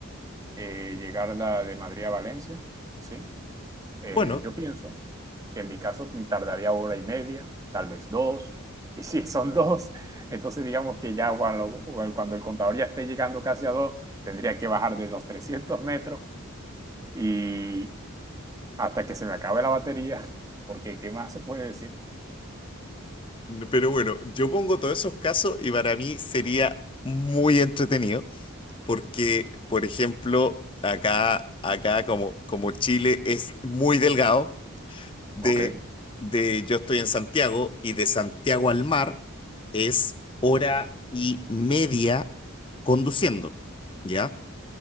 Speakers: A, on the right; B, on the left.
A: eh, llegar la de Madrid a Valencia, ¿sí? Eh,
B: Bueno,
A: yo pienso que en mi caso tardaría hora y media, tal vez dos, y si sí, son dos, entonces digamos que ya cuando, cuando el contador ya esté llegando casi a dos, tendría que bajar de los 300 metros y, hasta que se me acabe la batería, porque ¿qué más se puede decir?
B: pero bueno, yo pongo todos esos casos y para mí sería muy entretenido porque, por ejemplo, acá, acá como, como Chile es muy delgado, de,
A: Ok,
B: de yo estoy en Santiago y de Santiago al mar es hora y media conduciendo, ¿ya?